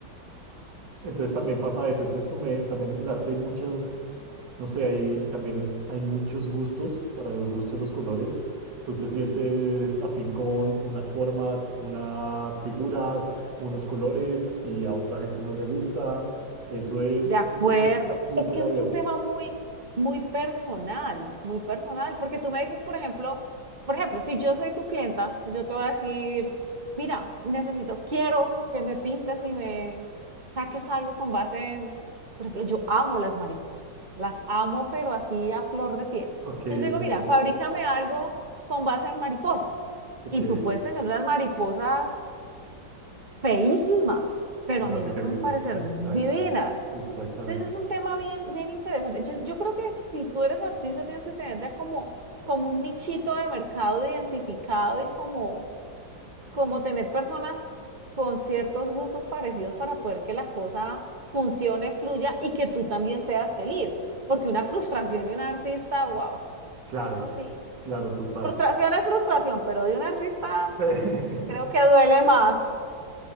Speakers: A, on the right (about 65°); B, on the right (about 30°).
A: <laughs> Entonces también pasa eso. Entonces tome- también en el arte hay muchas. No sé, hay, también hay muchos gustos para los gustos de los colores. Tú te sientes afín con unas formas, unas figuras, unos colores y a otra gente no le gusta. Eso es
B: De acuerdo.
A: súper, súper
B: Es que eso
A: abierto.
B: es un tema muy, muy personal, muy personal, porque tú me dices, por ejemplo, por ejemplo, si yo soy tu clienta, yo te voy a decir, mira, necesito, quiero que me pintes y me saques algo con base en, por ejemplo, yo amo las mariposas, las amo, pero así a flor de piel.
A: Ok,
B: Yo te
A: ok,
B: digo, mira,
A: ok.
B: fabrícame algo con base en mariposas.
A: Ok,
B: Y tú puedes tener unas mariposas feísimas, pero
A: pero
B: a mí
A: a ti
B: me
A: te
B: pueden
A: gusta.
B: parecer
A: Exactamente,
B: divinas.
A: exactamente.
B: Entonces es un tema bien, bien interesante. Yo, yo creo que si tú eres artista tienes que tener ya como, como un nichito de mercado identificado y como, como tener personas con ciertos gustos parecidos para poder que la cosa funcione, fluya y que tú también seas feliz. Porque una frustración de un artista, wow,
A: Claro,
B: eso sí.
A: claro, total.
B: Frustración es frustración, pero de un artista
A: <laughs>
B: creo que duele más,